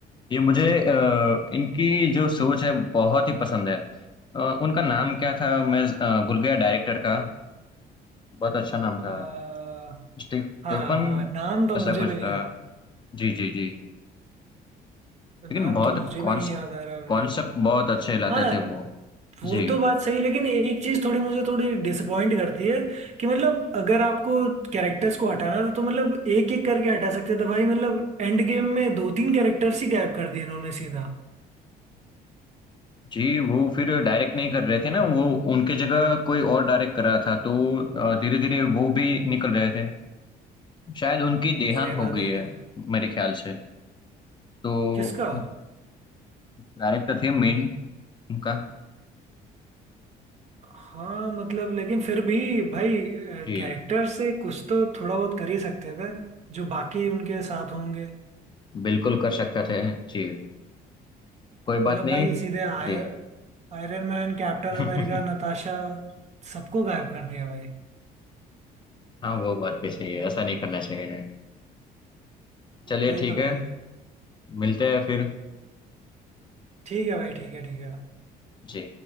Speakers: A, on the left; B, on the right.
A: ये मुझे अ, इनकी जो सोच है बहुत ही पसंद है अ, उनका नाम क्या था मैं अ, भूल गया डायरेक्टर का बहुत अच्छा नाम था
B: अ,
A: स्टीफ स्टेफन
B: हाँ हाँ नाम तो
A: ऐसा
B: मुझे
A: कुछ
B: भी नहीं
A: था
B: याद
A: जी जी जी
B: नाम
A: लेकिन बहुत
B: तो मुझे भी नहीं याद आ रहा अभी
A: कॉन्सेप्ट बहुत अच्छे लाते
B: हाँ
A: थे वो
B: वो
A: जी
B: तो बात सही लेकिन एक चीज थोड़ी मुझे थोड़ी डिसअपॉइंट करती है कि मतलब अगर आपको कैरेक्टर्स को हटाना था तो मतलब एक एक करके हटा सकते थे भाई मतलब एंड गेम में दो तीन कैरेक्टर्स ही गायब कर दिए इन्होंने सीधा
A: जी वो फिर डायरेक्ट नहीं कर रहे थे ना वो उनके जगह कोई और डायरेक्ट कर रहा था तो धीरे धीरे वो भी निकल रहे थे शायद उनकी देहांत
B: सही
A: हो
B: बात
A: गई
B: है
A: है
B: जे-
A: मेरे ख्याल से तो
B: किसका
A: डायरेक्टर थे मेन उनका
B: हाँ मतलब लेकिन फिर भी भाई
A: जी
B: कैरेक्टर से कुछ तो थोड़ा बहुत कर ही सकते थे जो बाकी उनके साथ होंगे
A: बिल्कुल कर सकते थे जी कोई
B: मतलब
A: बात नहीं
B: भाई सीधे आयर
A: जी
B: Iron Man Captain
A: <laughs>
B: America Natasha सबको गायब कर दिया भाई
A: हाँ वो बात भी सही है ऐसा नहीं करना चाहिए चलिए
B: वही
A: ठीक
B: तो
A: है
B: भाई
A: मिलते हैं फिर
B: ठीक है भाई ठीक है ठीक है
A: जी